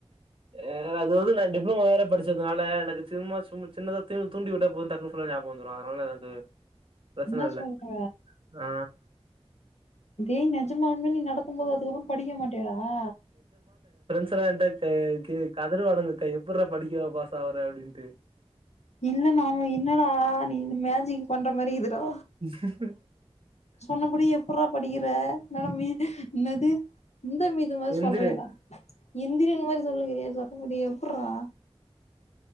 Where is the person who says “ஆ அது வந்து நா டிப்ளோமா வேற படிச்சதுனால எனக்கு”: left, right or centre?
Right